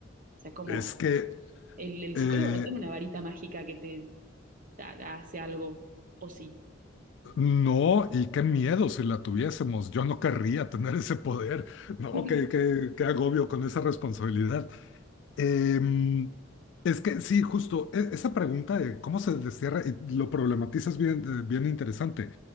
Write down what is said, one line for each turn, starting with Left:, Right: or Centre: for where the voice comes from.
Right: O sea, ¿cómo?
Left: Es que
Right: El, el
Left: eh,
Right: psicólogo no tiene una varita mágica que te ha- hace algo, o sí.
Left: No, y qué miedo si la tuviésemos. Yo no querría tener ese poder. No,
Right: <laughs>
Left: qué, qué, qué agobio con esa responsabilidad. Em, es que sí, justo e- esa pregunta de cómo se destierra, eh, lo problematizas bien, eh, bien interesante.